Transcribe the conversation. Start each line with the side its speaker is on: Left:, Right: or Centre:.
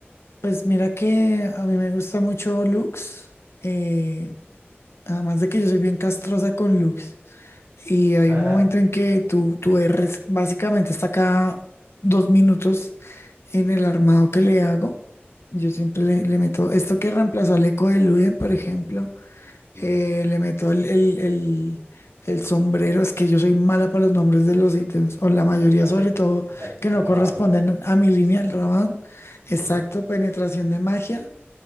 Left: pues mira que a mí me gusta mucho Lux. eh, además de que yo soy bien castrosa con Lux. Y hay
Right: Ah,
Left: un momento en que tú, tú erres, básicamente está cada dos minutos en el armado que le hago. Yo siempre le, le meto esto que reemplazó al eco de Luden, por ejemplo.
Right: Ujú.
Left: Eh, le meto el, el, el- el sombrero, es que yo soy mala para los nombres de los ítems, o la mayoría
Right: Así.
Left: sobre todo,
Right: Sí,
Left: que no
Right: El
Left: corresponden
Right: Rabadon.
Left: a mi línea del Raban. Exacto,
Right: Ujú,
Left: penetración de magia